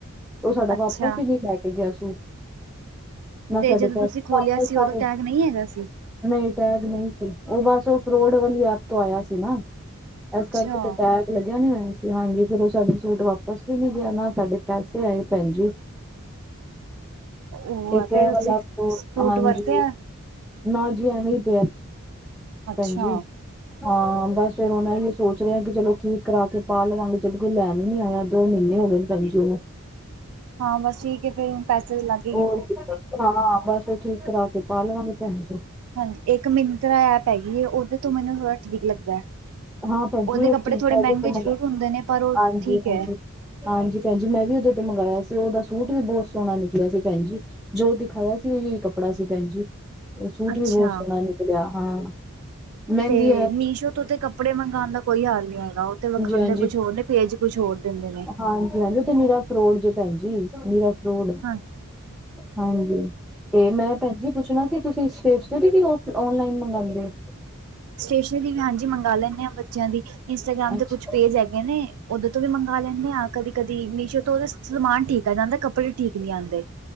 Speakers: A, in the centre; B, on the right.
A: ਉਹ ਸਾਡਾ
B: ਅੱਛਾ
A: ਵਾਪਸ ਹੀ ਨਹੀਂ ਲੈ ਕੇ ਗਿਆ ਸੁਟ ਨਾ
B: ਤੇ
A: ਸਾਡੇ
B: ਜਦੋਂ
A: ਪੈਸੇ
B: ਤੁਸੀਂ ਖੋਲਿਆ
A: ਵਾਪਸ
B: ਸੀ ਉਦੋਂ
A: ਸਾਰੇ
B: ਟੈਗ ਨਹੀਂ ਹੈਗਾ ਸੀ?
A: ਨਹੀਂ ਟੈਗ ਨਹੀਂ ਸੀ ਉਹ ਬਸ ਉਹ ਫਰੋਡ ਵਾਲੀ ਐਪ ਤੋਂ ਆਇਆ ਸੀ ਨਾ ਇਸ
B: ਅੱਛਾ,
A: ਕਰਕੇ ਤੇ ਟੈਗ ਲੱਗਿਆ ਨੀ ਹੋਇਆ ਸੀ ਹਾਂਜੀ ਫੇਿਰ ਉਹ ਸਾਡੇ ਸੂਟ ਵਾਪਸ ਵੀ ਨਹੀਂਗਿਆ ਨਾ ਸਾਡੇ ਕੇਸੈ ਆਏ ਭੈਣ ਜੀ।
B: ਉਹ
A: ਪੇਕਿਆ
B: ਆ ਫੇਰ
A: ਵਾਲਾ
B: ਤੁਸੀਂ
A: ਕੋਟ
B: ਸੂਟ
A: ਹਾਂਜੀ
B: ਵਰਤਿਆ?
A: ਨਾ ਜੀ ਐਵੇਂ ਹੀ ਪਿਆ।
B: ਅੱਛਾ,
A: ਭੈਜੀ। ਹਾਂ ਬਸ ਫੇਿਰ ਇਹੋ ਸੋਚ ਰਿਹਾ ਕਿ ਚਲੋ ਠੀਕ ਕਰਾ ਕੇ ਪਾ ਲਵਾਂਗੇ ਜਦ ਕੋਈ ਲੈਣ ਨੀ ਆਇਆ। ਦੋ ਮਹੀਨੇ ਹੋ ਗਏ ਨੇ ਭੈਜੀ ਉਹਨੂੰ
B: ਹਾਂ ਬਸ ਠੀਕ ਹੈ ਫਿਰ ਰੁਣ ਪੈਸੇ ਵੀ ਲਗ
A: ਹੋਰ ਹਾਂ ਬਸ ਉਹ ਠੀਕ ਕਰਾਨਾ ਬਸ ਠੀਕ ਕਰਾ ਕੇ ਪਾ ਲਵਾਂਗੇ ਭੈਣ ਜੀ।
B: ਹਾਂਜੀ ਇੱਕ ਮਿੰਤਰਾ ਐਪ ਹੈਗੀ ਹੈ ਉਹਦੇ ਤੋਂ ਮੈਨੂੰ ਥੋੜ੍ਹਾ ਠੀਕ ਲੱਗਦਾ ਹੈ।
A: ਹਾਂ ਭੈਣ
B: ਉਹਦੇ
A: ਜੀ ਇੱਕ
B: ਕੱਪੜੇ
A: ਚੀਜ਼
B: ਥੋੜੇ
A: ਮੈਂ ਉਹਦੇ
B: ਮਹਿੰਗੇ
A: ਤੋਂ
B: ਜ਼ਰੂਰ
A: ਮੰਗਾ
B: ਹੁੰਦੇ ਨੇ ਪਰ ਉਹ
A: ਹਾਂਜੀ
B: ਠੀਕ
A: ਹਾਂਜੀ
B: ਹੈ।
A: ਹਾਂਜੀ ਭੈਣਜੀ ਮੈਂ ਵੀ ਉਹਦੇ ਤੇ ਮੰਗਵਾਆ ਸੀ ਉਹਦਾ ਸੂਟ ਵੀ ਬਹੁਤ ਸੋਹਣਾ ਨਿਕਲਿਆ ਸੀ ਭੈਣ ਜੀ। ਜੋ ਦਿਖਾਇਆ ਸੀ ਉਹੀ ਕੱਪੜਾ ਸੀ ਭੈਣ ਜੀ। ਉਹ ਸੂਟ
B: ਅੱਛਾ,
A: ਵੀ ਬਹੁਤ ਸੋਹਣਾ ਨਿਕਲਿਆ ਹਾਂ ਮਹਿੰਗੀ
B: ਤੇ
A: ਐਪ
B: ਮੀਸ਼ੋ ਤੋਂ ਤੇ ਕੱਪੜੇ ਮੰਗਉਣ ਦਾ ਕੋਈ ਹਾਲ ਨੀ ਹੈਗਾ ਉਹ ਤੇ ਵਿਖਾਉਂਦੇ
A: ਹਾਂਜੀ
B: ਕੁਛ ਹੋਰ ਨੇ ਪੇਜ ਕੁਛ ਹੋਰ ਦਿੰਦੇ ਨੇ
A: ਹਾਂਜੀ, ਹਾਂਜੀ ਉਥੇ ਨੀਰਾ ਫਰੋਡ ਜੇ ਭੈਣ ਜੀ ਨੀਰਾ ਫਰੋਡ
B: ਹਾਂ
A: ਹਾਂਜੀ ਤੇ ਮੈਂ ਭੈਣਜੀ। ਪੁੱਛਣਾ ਸੀ ਤੁਸੀਂ ਸਟੇਸ਼ਨਰੀ ਵੀ ਔਨਲਾਈਨ ਮੰਗਵਾਉਂਦੇ ਹੋ
B: ਸਟੇਸ਼ਨਰੀ ਵੀ ਹਾਂਜੀ ਮੰਗ ਲੈਂਦੇ ਹਾਂ ਬੱਚਿਆਂ ਦੀ ਇੰਸਟਾਗ੍ਰਾਮ
A: ਅੱਛਾ
B: ਤੇ ਕੁਛ ਪੇਜ ਹੈਗੇ ਨੇ ਉਹਦੇ ਤੋਂ ਵੀ ਮੰਗਵਾ ਲੈਂਦੇ ਆਾਂ ਕਦੀ ਕਦੇ ਨੀਸੋ ਤੋਂ ਉਹਦੇ ਸਮਾਨ ਠੀਕ ਆ ਜਾਂਦਾ ਕੱਪੜੇ ਠੀਕ ਨਹੀਂ ਆਉਂਦੇ।